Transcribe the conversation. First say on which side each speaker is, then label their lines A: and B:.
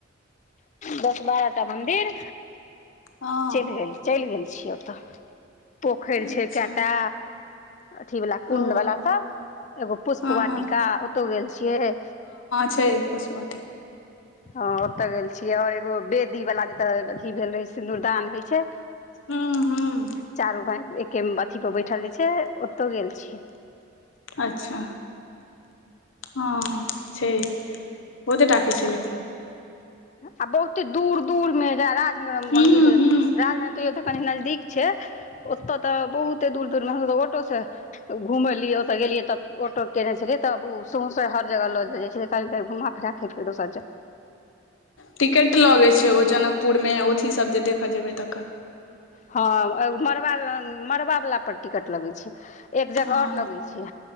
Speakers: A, on the left; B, on the left.
A: दस बारहटा मन्दिर
B: हँ
A: चैल गेल। चैल गेल छियै ओतऽ पोखेर छैय
B: अच्छा
A: कएटा। अथी बला कुण्ड
B: ओ
A: बला सब। एगो पुष्प
B: हँ
A: वाटिका
B: हँ
A: ओतौ गेल छियै।
B: छैय पुष्प वाटिका।
A: हँ ओतऽ गेल छियै और एगो वेदी वला जतय अथी भेल रहे सिन्दूरदान होइ छैय।
B: हूँ, हूँ।
A: चारो भाय एके अथी पर बैठल जे छै ओतौ गेल छियै।
B: अच्छा हँ छैय बहुतेटा के छैय लेकिन।
A: आ बहुते दूर- दूर में जहां राजनगर मंन्दिर
B: हूँ
A: है
B: हूँ
A: राजनगर त‌इयो तऽ कनी नजदीक छैय ओतऽ तऽ बहुते दूर -दूर मे हमलोग ऑटो से घुमलियै ओतऽ गेलियै तब। ऑटो केयने छेलियै तब ओ स‌उसो हर जगह लअ जाइ छलियै कनि देर घुमा फिराे फेर दोसर जगह।
B: टिकेट लगे छैय ओ जनकपुर मे अथी सब जे देखऽ जेबै तऽ।
A: हँ मड़वा मड़बा वाला पर टिकट लगे छैय एक जगह
B: हँ
A: और लगेै।